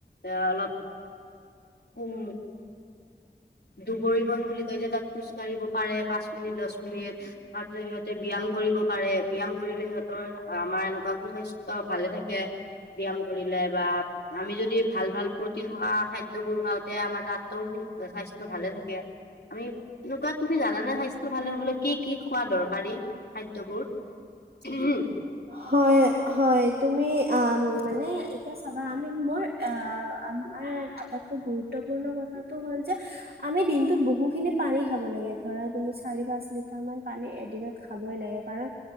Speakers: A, on the left (about 65°); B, on the right (about 60°).
A: এ অলপ <unintelligible> দুবুৰি বন বুলি কয় যে তাত খোজ কঢ়িব পাৰে পাঁচ মিনিট দহ মিনিট তাৰ জৰিয়ত তে ব্যায়াম কৰিব পাৰে, ব্যায়াম কৰিলে সিহঁতৰ আমাৰ এনেকুৱা সুস্বাস্থ্য ভালে থাকে। ব্যায়াম কৰিলে বা আমি যদি ভাল ভাল প্ৰটিন হোৱা খাদ্যবোৰ খাওঁ তে আমাৰ তাত ত' স্বাস্থ্য ভালে থাকে। আমি এনেকুৱা তুমি জানানে স্বাস্থ্য ভালে হ'বলৈ কি কি খোৱা দৰকাৰী খাদ্যবোৰ? <inaudible>
B: হয় হয়, তুমি আ, মানে এতিয়া চাবা আমি, মোৰ আমাৰ আটাইতকৈ গুৰুত্বপূৰ্ণ কথাটো হ'ল যে আমি দিনটোত বহুখিনি পানী খাব লাগে ধৰা তুমি চাৰি পাঁচ লিটাৰ মান। পানী এদিনত খাবই লাগে কাৰণ